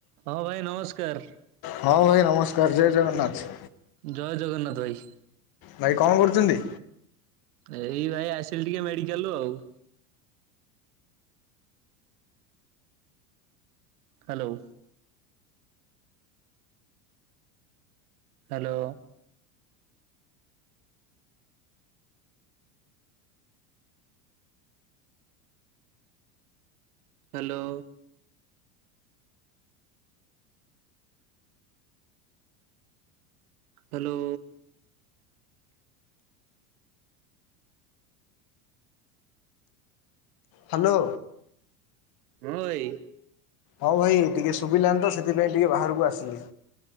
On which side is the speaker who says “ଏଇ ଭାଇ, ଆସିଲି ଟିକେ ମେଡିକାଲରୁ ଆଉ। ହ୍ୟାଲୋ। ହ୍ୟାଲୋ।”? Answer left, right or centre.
Right